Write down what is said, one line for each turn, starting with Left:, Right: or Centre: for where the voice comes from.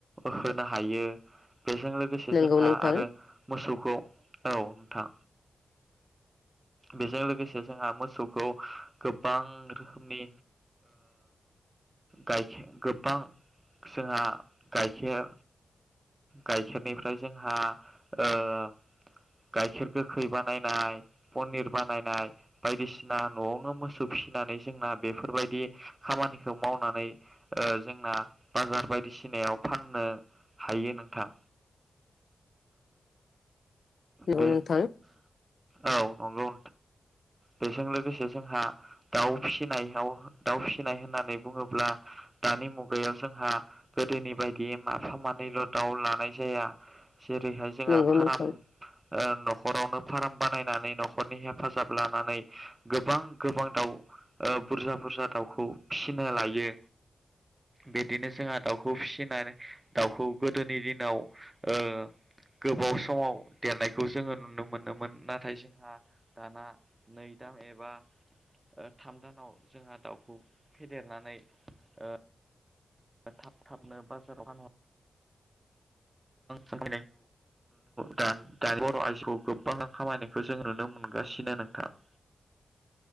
Right: होनो हायो। बेजों लोगोसे
Left: नंगौ
Right: जोंहा
Left: नोंथां
Right: आरो मोसौखौ औ थां बेजों लोगोसे जोंहा मोसौखौ गोबां रोखोमनि गायखेर गोबां जोंहा गाइखेर गाइखेरनिफ्राय जोंहा ओ गाइखेर गोखै बानायनाय, पनिर बानायनाय बायदिसिना न'आवनो मोसौ फिसिनानै जोंना बेफोरबायदि खामानिखौ मावनानै ओ जोंना बाजार बायदिसिनायाव फाननो हायो नोंथां।
Left: नंगौ
Right: बे
Left: नोंथां
Right: औ नंगौ बेजों लोगोसे जोंहा दाउ फिसिनायाव, दाउ फिसिनाय होननानै बुङोब्ला दानि मुगायाव जोंहा गोदोनि बायदियै माफा मानैल' दाउ लानाय जाया जेरैहाय जोंहा
Left: नंगौ
Right: फार्म
Left: नोंथां
Right: ओ न'खरावनो फार्म बानायनानै न'खरनि हेफाजाब लानानै गोबां गोबां दाउ बुरजा बुरजा दाउखौ फिसिनो लायो, बिदिनो जोंहा दाउखौ फिसिनाय दाउखौ गोदोनि दिनाव ओ गोबाव समाव देरनायखौ जोङो नुनो मोनोमोन नाथाय जोंहा दाना नै दान एबा ओ थाम दानाव जोंहा दाउखौ फेदेरनानै ओ थाब थाबनो बाजाराव फानहर ख दानि बर' आइजोखौ गोबाङा खामायनायखौ जों नुनो मोनगासिनो नोंथाङ